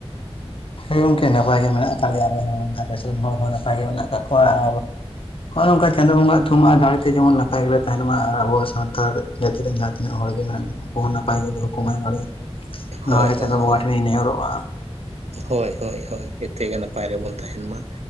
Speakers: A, on the left; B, on the right.
A: ᱦᱮᱸ ᱜᱚᱝᱠᱮ ᱱᱟᱯᱟᱭ ᱜᱮ ᱢᱮᱱᱟᱜ ᱠᱟᱫ ᱞᱮᱭᱟ ᱟᱞᱮ ᱦᱚᱸ ᱜᱷᱟᱨᱚᱸᱡᱽ ᱨᱮᱱ ᱦᱚᱲ ᱦᱚᱸ ᱱᱟᱯᱟᱭ ᱜᱮ ᱢᱮᱱᱟᱜ ᱠᱟᱜ ᱠᱚᱣᱟ ᱟᱨ ᱦᱚᱸᱜ-ᱚᱭ ᱱᱚᱝᱠᱟ ᱪᱟᱸᱫᱳ ᱵᱚᱸᱜᱟ ᱛᱷᱩᱢ ᱟᱨ ᱫᱟᱲᱮᱛᱮ ᱡᱮᱢᱚᱱ ᱱᱟᱯᱟᱭ ᱜᱮᱞᱮ ᱛᱟᱦᱮᱱ ᱢᱟ ᱟᱨ ᱟᱵᱚ ᱥᱟᱱᱛᱟᱲ ᱡᱟᱹᱛᱤ ᱨᱮᱱ ᱡᱟᱦᱟᱸ ᱛᱤᱱᱟᱹᱜ ᱦᱚᱲ ᱜᱮ ᱢᱮᱱᱟᱜ ᱠᱚ ᱩᱱᱠᱩ ᱦᱚᱸ ᱱᱟᱯᱟᱭ ᱜᱮ ᱫᱚᱦᱚ ᱠᱚ ᱢᱟᱭ ᱵᱟᱲᱮ ᱱᱚᱣᱟ
B: ᱦᱳᱭ
A: ᱜᱮ
B: ᱦᱳᱭ
A: ᱪᱟᱸᱫᱳ ᱵᱚᱸᱜᱟ
B: ᱦᱳᱭ
A: ᱴᱷᱮᱱᱤᱧ ᱱᱮᱦᱚᱨᱚᱜᱼᱟ
B: ᱦᱳᱭ ᱦᱳᱭ ᱦᱳᱭ ᱡᱮᱛᱮ ᱜᱮ ᱱᱟᱯᱟᱭ ᱨᱮᱵᱚᱱ ᱛᱟᱦᱮᱱ ᱢᱟ᱾